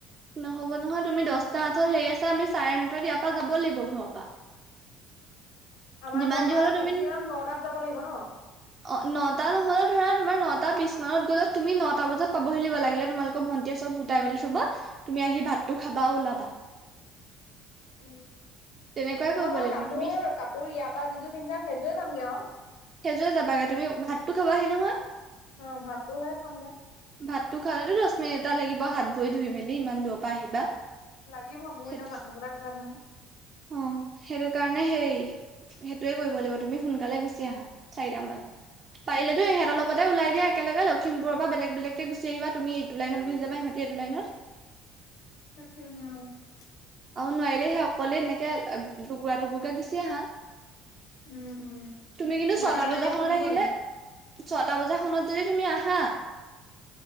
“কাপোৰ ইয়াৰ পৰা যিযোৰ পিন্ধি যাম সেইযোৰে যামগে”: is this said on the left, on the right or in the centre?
Left